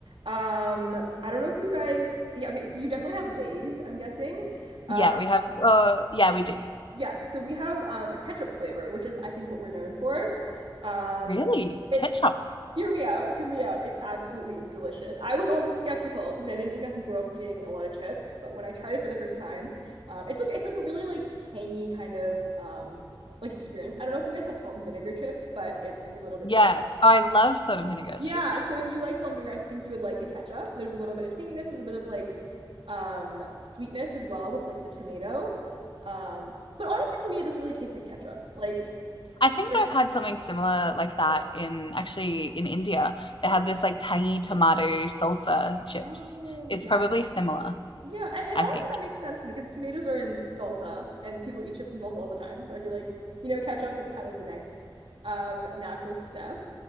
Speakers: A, on the right; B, on the left.
A: Um, I don't know if you guys, yeah, okay, so you definitely have Lay's, I'm guessing. Uh,
B: Yeah, we have, uh, yeah, we do.
A: yes, so we have um, a ketchup flavor, which is I think what we're known for. Um,
B: Really?
A: it
B: Ketchup?
A: Hear me out, hear me out. It's absolutely delicious. I was also skeptical because I didn't exactly grow up eating a lot of chips, but when I tried it for the first time, um, it's like it's like a really like tangy kind of um like experience. I don't know if you guys have salt and vinegar chips, but it's a little bit
B: Yeah,
A: similar.
B: I love salt and vinegar
A: Yeah,
B: chips.
A: so if you like salt and vinegar, I think you would like the ketchup. There's a little bit of tanginess, there's a bit of like um sweetness as well with like the tomato. Um, but honestly to me it doesn't really taste like ketchup. Like
B: I think
A: I don't
B: I've
A: know.
B: had something similar like that
A: It-
B: in actually in India. They had
A: Okay.
B: this like tangy tomato salsa chips.
A: Oh,
B: It's
A: yes.
B: probably similar,
A: Yeah, and, and
B: I
A: honestly,
B: think.
A: that makes sense to me because tomatoes are in salsa and people eat chips and salsa all the time. So I feel like, you know, ketchup, it's kind of the next um natural step.